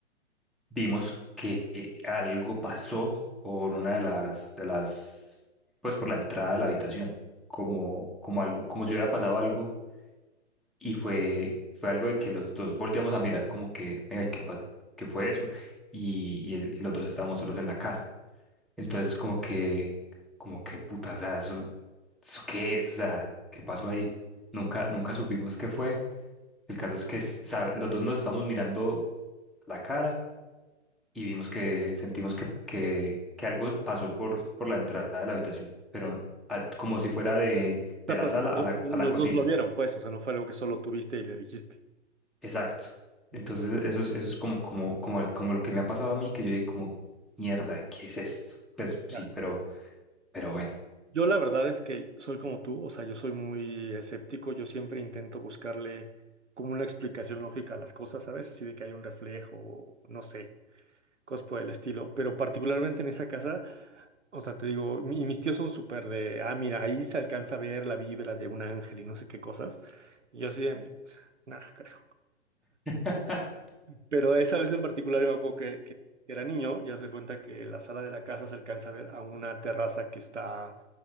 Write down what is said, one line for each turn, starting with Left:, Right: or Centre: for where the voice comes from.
Centre: vimos que eh, algo pasó por una de las, de las, pues por la entrada de la habitación, como, como algo, como si hubiera pasado algo y fue, fue algo de que los dos volteamos a mirar como que, venga, ¿y ¿qué, pas- qué fue eso? Y, y, el- y los dos estábamos solos en la casa. Entonces como que, como que puta, o sea, eso, ¿eso qué es? O sea, ¿qué pasó ahí? Nunca, nunca supimos qué fue. El caso es que s- los dos nos estamos mirando a la cara y vimos que sentimos que, que, que algo pasó por, por la entrada de la habitación, pero a- como si fuera de,
Right: O sea,
Centre: de la
Right: pero
Centre: sala
Right: lo-
Centre: a la,
Right: lo-
Centre: a
Right: los
Centre: la cocina.
Right: dos lo vieron, pues, o sea, no fue algo que solo tuviste y le dijiste.
Centre: Exacto. Entonces
Right: Ok,
Centre: eso es, eso es como, como, como, el- como lo que me ha pasado a mí, que yo dije como, mierda, ¿qué es esto? Pues
Right: ya.
Centre: sí, pero, pero bueno.
Right: Yo la verdad es que soy como tú, o sea, yo soy muy escéptico, yo siempre intento buscarle como una explicación lógica a las cosas, ¿sabes? Así de que hay un reflejo, no sé. cosas por el estilo. Pero particularmente en esa casa, o sea, te digo, mi- y mis tíos son súper de, ah, mira, ahí se alcanza a ver la vibra de un ángel y no sé qué cosas. Y yo así de, nah, carajo.
Centre: <laughs>
Right: Pero esa vez en particular, yo me acuerdo que, que era niño, ya se cuenta que la sala de la casa se alcanza a ver a una terraza que está,